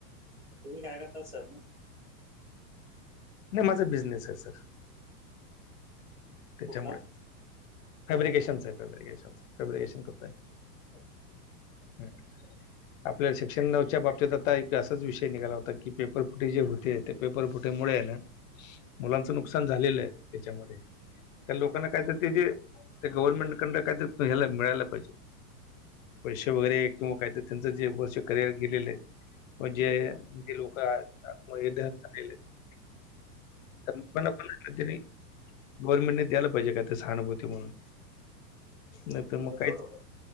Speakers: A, in the centre; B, on the left.
A: तुम्ही काय करतात सर मग
B: नाही माझा बिझनेस आहे सर त्याच्यामुळे
A: कुठला
B: फॅब्रिकेशनच आहे फॅब्रिकेशन फॅब्रिकेशन करत आहे
A: ओके
B: हम्म आपल्याला सेक्शन नऊच्या बाबतीत आता एक असाच विषय निघाला होता की पेपर फुटले जे होते ते पेपर फुटेमुळे आहे ना मुलांच नुकसान झालेलं आहे त्याच्यामध्ये त्या लोकांना काहीतरी त्या जे त्या गव्हर्नमेंट कडन काहीतरी ह्याला मिळायला पाहिजे पैसे वगैरे किंवा काहीत त्यांचं जे वर्ष करिअर गेलेले आहेत म्हणजे जे लोक आतमध्ये दर झालेले आहेत कल्पना पण नाही गव्हर्नमेंटने द्यायला पाहिजे काय ते सहानुभूती म्हणून नाही तर मग काहीच
A: बरोबर